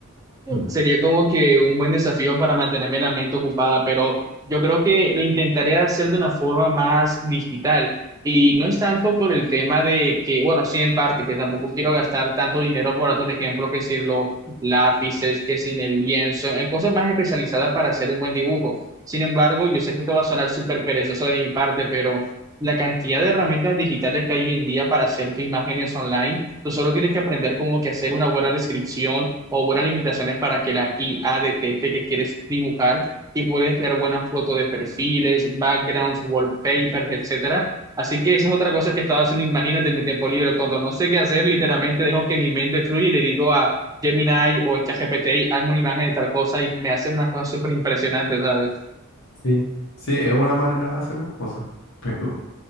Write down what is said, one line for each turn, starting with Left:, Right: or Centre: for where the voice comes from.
Left: Mm.
Right: Sería como que un buen desafío para mantenerme la mente ocupada, pero yo creo que lo intentaría hacer de una forma más digital. Y no es tanto por el tema de que, bueno, sí en parte, que tampoco quiero gastar tanto dinero, por darte un ejemplo, que si los lápices, que sin el lienzo, en cosas más especializadas para hacer un buen dibujo. Sin embargo, yo sé que esto va a sonar súper perezoso de mi parte, pero la cantidad de herramientas digitales que hay hoy en día para hacer tus imágenes online Tú solo tienes que aprender como que hacer una buena descripción o buenas limitaciones para que la IA detecte que quieres dibujar y puedes crear buenas fotos de perfiles, backgrounds, wallpapers, etcétera. Así que esa es otra cosa que estaba haciendo, imagínate, en mi tiempo libre. Cuando no sé qué hacer, literalmente dejo que mi mente fluya y le digo a Gemini o ChatGPT, hazme una imagen de tal cosa y me hacen unas cosas súper impresionantes, ¿sabes?
Left: Sí, Sí, es una manera de hacer las cosas. <laughs> Pero